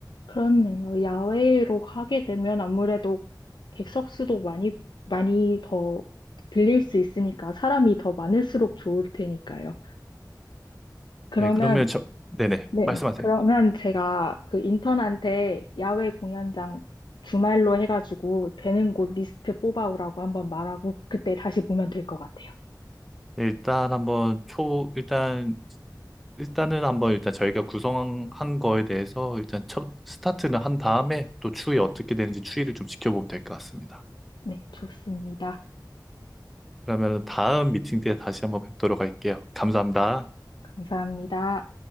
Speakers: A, on the left; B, in the centre.
A: 그렇네요. 야외로 하게 되면 아무래도 객석 수도 많이, 많이 더 빌릴 수 있으니까 사람이 더 많을수록 좋을 테니까요. 그러면
B: 네, 그러면 저, 네네,
A: 네,
B: 말씀하세요.
A: 그러면 제가 그 인턴한테 야외 공연장 주말로 해가지고 되는 곳 리스트 뽑아오라고 한번 말하고 그때 다시 보면 될 것 같아요.
B: 일단 한번 초, 일단, 일단은 한번 일단 저희가 구성한 거에 대해서 일단 첫 스타트는 한 다음에 또 추이 어떻게 되는지 추이를 좀 지켜보면 될 것 같습니다.
A: 네, 좋습니다.
B: 그러면 다음 미팅 때 다시 한번 뵙도록 할게요. 감사합니다.
A: 감사합니다.